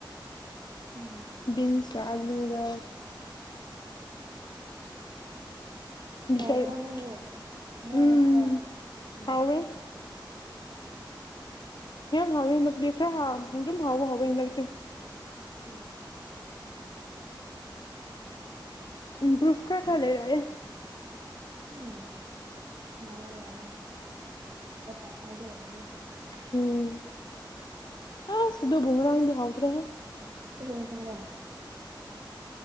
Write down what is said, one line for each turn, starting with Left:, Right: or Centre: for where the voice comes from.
Right: ꯎꯝ
Left: ꯕꯤꯟꯁꯒ ꯑꯥꯂꯨꯒ <unintelligible>
Right: ꯍꯧꯕ꯭ꯔꯣ ꯅꯣꯏꯒꯤ ꯅꯣꯏ
Left: ꯎꯝ
Right: ꯍꯣꯁꯇꯦꯜ ꯎꯝ
Left: ꯍꯥꯎꯔꯦ ꯌꯥꯝ ꯍꯥꯎꯋꯦ ꯍꯟꯗꯛꯇꯤ ꯈꯔ ꯍꯥꯎ ꯑꯗꯨꯝ ꯍꯥꯎꯕ ꯍꯥꯎꯋꯦ ꯍꯟꯗꯛꯇꯤ
Right: ꯑꯥ
Left: ꯏꯝꯄ꯭ꯔꯨꯚ ꯈꯔ ꯈꯔ ꯂꯩꯔꯛꯑꯦ
Right: ꯎꯝ ꯌꯥꯏꯌꯦ ꯌꯥꯏꯌꯦ <unintelligible>
Left: ꯎꯝ ꯑꯁ ꯑꯗꯨꯕꯨ ꯉꯔꯥꯡꯗꯤ ꯍꯥꯎꯇ꯭ꯔꯦꯍꯦ
Right: <unintelligible>